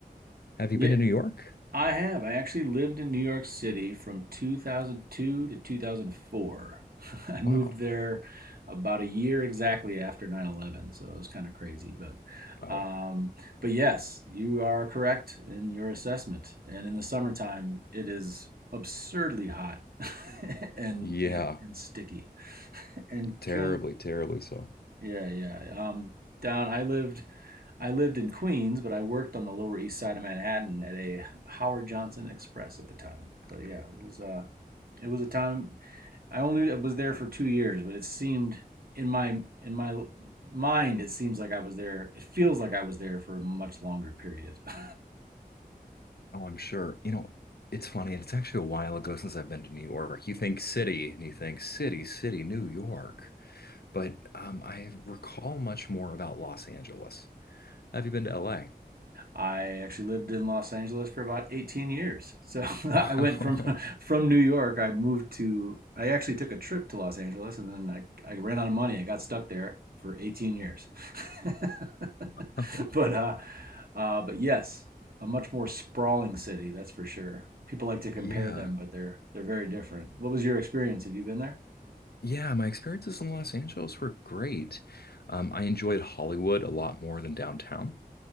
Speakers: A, on the left; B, on the right.
A: Have you
B: Yeah,
A: been to New York?
B: I have. I actually lived in New York City from 2002 to 2004. <laughs> I moved
A: Wow.
B: there about a year exactly after 9/11, so it was kind of crazy, but
A: Oh,
B: um, but yes, you are correct in your assessment. And in the summertime, it is absurdly hot <laughs> and
A: yeah,
B: and, and sticky <laughs> and
A: terribly,
B: can
A: terribly so.
B: Yeah, yeah. Um, down. I lived. I lived in Queens, but I worked on the Lower East Side of Manhattan at a Howard Johnson Express at the time. But yeah, it was. Uh, it was a time. I only was there for two years, but it seemed in my in my mind, it seems like I was there. It feels like I was there for a much longer period. <laughs>
A: Oh, I'm sure. You know, it's funny. It's actually a while ago since I've been to New York. You think city and you think city, city, New York. But um, I recall much more about Los Angeles. Have you been to LA?
B: I actually lived in Los Angeles for about 18 years. So <laughs> I
A: Wow.
B: went from <laughs> from New York. I moved to. I actually took a trip to Los Angeles, and then I I ran out of money. I got stuck there for 18 years. <laughs>
A: <laughs>
B: but uh, uh, but yes, a much more sprawling city. That's for sure. People like to compare
A: Yeah.
B: them, but they're they're very different. What was your experience? Have you been there?
A: Yeah, my experiences in Los Angeles were great. Um, I enjoyed Hollywood a lot more than downtown.